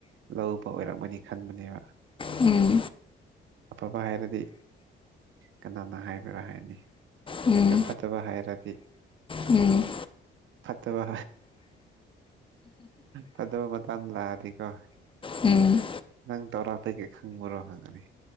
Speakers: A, on the right; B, on the left.
A: ꯂꯧꯕ ꯑꯣꯏꯔ ꯀꯛꯒꯅꯤ ꯈꯟꯕꯅꯦꯕ
B: ꯎꯝ
A: ꯑꯐꯕ ꯍꯥꯏꯔꯗꯤ ꯀꯅꯥꯅ ꯍꯥꯏꯕꯔꯥ ꯍꯥꯏꯔꯅꯤ
B: ꯎꯝ ꯎꯝ
A: ꯑꯗꯣ ꯐꯠꯇꯕ ꯍꯥꯏꯔ
B: ꯎꯝ
A: ꯐꯠꯇꯕ ꯐꯠꯇꯕ ꯃꯇꯥꯡꯗ ꯂꯥꯛꯑꯅꯤꯀꯣ
B: ꯎꯝ
A: ꯅꯪ ꯇꯧꯔꯥꯇꯒꯦ ꯈꯪꯕꯔꯣ ꯍꯪꯉꯅꯤ